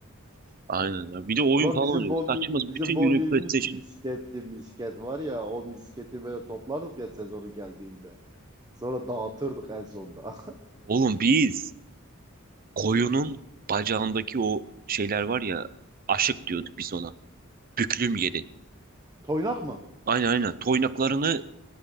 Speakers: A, on the right (about 45°); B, on the right (about 20°).
A: Aynen ya. Bir de oyun
B: Ulan
A: falan
B: bizim
A: oynuyoruz.
B: bowling
A: Saçma
B: bizim
A: bütün
B: bowlingimiz
A: günü PlayStation.
B: misketti misket var ya o misketi böyle toplardık ya sezonu geldiğinde. Sonra dağıtırdık en sonda.
A: Oğlum biz koyunun bacağındaki o şeyler var ya aşık diyorduk biz ona. Büklüm yeri.
B: <laughs> Toynak mı?
A: Aynen aynen. Toynaklarını